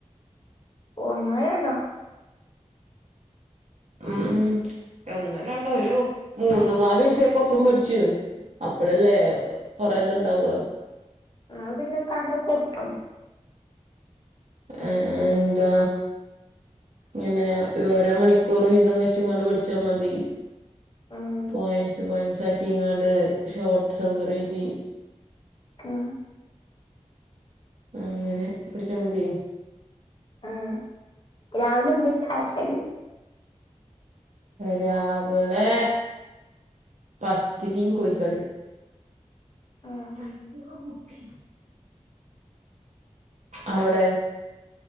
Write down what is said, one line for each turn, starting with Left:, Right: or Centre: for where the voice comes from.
Left: ഒന്നോ രണ്ടോ.
Right: ഉം ഒന്ന് രണ്ടോ ഒരു മൂന്ന് നാല് വിശയൊക്കെ ഒപ്പം പഠ്ച്ചു. അപ്പളല്ലേ കൊറെ തുണ്ടാവ്യ.
Left: ന്നാ പിന്നെ തല പൊട്ടും.
Right: ഏഹ്എന്താ. ങ്ങനെ ഓരോ മണിക്കൂർ വീതം വെച്ചങ്ങാണ്ട് പഠിച്ചാ മതി.
Left: ഉം
Right: പോയിന്റ്സ് പോയിന്റ്സ് ആക്കി ങ്ങാണ്ട് ഷോർട്ട് സമ്മറി ദി.
Left: ആഹ്.
Right: അങ്ങനെ പിടിച്ചാ മതി.
Left: ആഹ് രാവിലെന്തേ ചായക്കടി?
Right: രാവലെ പത്തിരിം കോയിക്കറിം.
Left: ആഹ്.
Right: ഞങ്ങ്ക്കക്ക പുട്ടി. അവടെ.